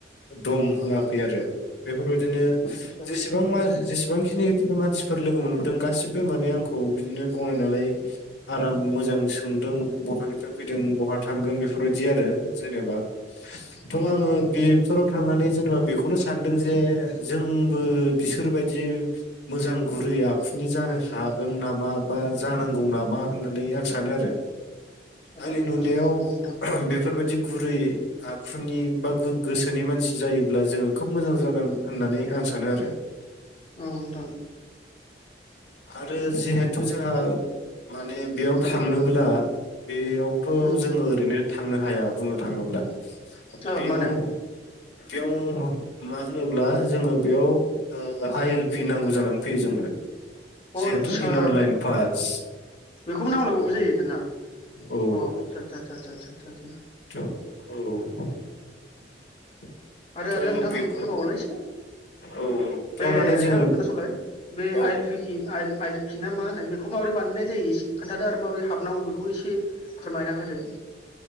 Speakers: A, on the left; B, on the left.
A: दम होआखै आरो बेफोरबायदिनो
B: आदसा
A: जेसेबां मा जेसे बांखिनि मानसिफोर लोगो मोनबोदों गासिबो माने आंखौ बिदिनो गनायना लायो आराम मोजां सोंदों बहानिफ्राय फैदों बहा थांगोन बेफोरबायदि आरो जेनेबा थ' आङो बेफोराव थांनानै जेनेबा बेखौनो सानदों जे जोंबो बिसोरबायदि मोजां गुरै आखुनि जानो हागोन नामा बा जानांगौ नामा होननानै आं सानो आरो
B: आदसा
A: आंनि नुनायाव
B: आदसा औ
A: ओह
B: नोंथां
A: बेफोरबायदि गुरै आखुनि बा गो गोसोनि मानसि जायोब्ला जोङो खोब मोजां जागोन होननानै आं सानो आरो
B: औ नोंथां
A: आरो जिहेथु जोंहा माने बेयाव थांनोब्ला बेयावथ'
B: उम
A: जोङो ओरैनो थांनो हाया बुंनो थाङोब्ला
B: औ
A: बेयाव
B: माने
A: बेयाव मा होनोब्ला जोङो बेयाव ओ आइ एल पि नांगौ जानानै फैयो जोंनो
B: अ
A: जिहेथु
B: आदचा
A: इनार लाइन पास
B: बेखौबो नांलायबावगौ
A: औ
B: जायो दाना
A: औ
B: अ आदसा सा सा सा सा <inaudible> <inaudible>
A: औ।
B: आरो
A: थ'
B: आरो नोंथांमोन
A: बेखौ
B: फोरमायबावलाय एसे
A: औ थ'
B: बे
A: माने जोङो
B: ओनथां खोनासंलाय बे
A: औ
B: आइल पिकि आइल आइल खिना मा होनो बेखौ माबोरै बानायनाय जायो एसे खोन्थादो आरो माबोरै हाबनांगौ बेखौ एसे फोरमायना होदो।